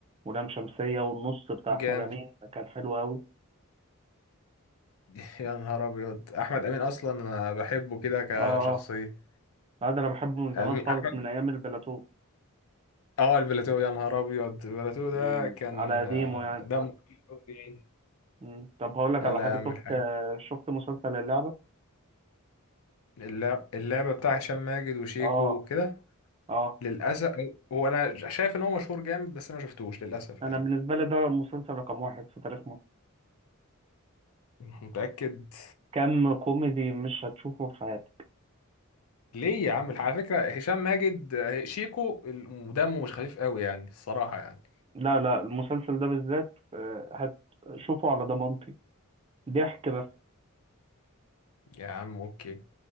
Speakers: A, on the right; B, on the left.
A: ولام شمسية والنص بتاع
B: جامد
A: أحمد أمين كان حلو أوي
B: <laughs> يا نهار ابيض احمد امين اصلا انا بحبه كده كشخصيه
A: آه آه لا، ده أنا بحبه من زمان
B: امين
A: خالص
B: احمد
A: من أيام البلاتو
B: اه البلاتو يا نهار ابيض البلاتو ده
A: من
B: كان
A: على قديمه
B: آه،
A: يعني
B: دمه خفيف أوي. يعني.
A: مم. طب هقول لك
B: لا
A: على
B: لا
A: حاجة
B: يعمل
A: شفت
B: حاجه
A: شفت مسلسل اللعبة
B: اللع- اللعبه بتاع هشام ماجد وشيكو
A: آه
B: وكده
A: آه
B: للاسف هو انا شايف ان هو مشهور جامد بس انا ما شفتوش للاسف
A: أنا
B: يعني
A: بالنسبة لي ده مسلسل رقم واحد في تاريخ مصر
B: <laughs> متاكد
A: كم كوميدي مش هتشوفه في حياتك
B: ليه يا عم على فكرة هشام ماجد آه، شيكو ال- دمه مش خفيف قوي يعني الصراحة يعني
A: لا لا المسلسل ده بالذات آه، هتشوفه على ضمانتي ضحك بس
B: يا عم اوكي